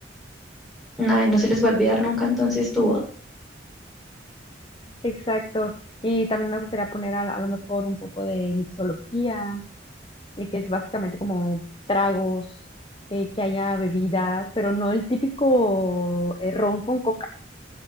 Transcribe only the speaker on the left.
Exacto. Y también me gustaría poner a, a lo mejor un poco de mixología, eh, que es básicamente como tragos, eh, que haya bebidas, pero no el típico eh, ron con coca,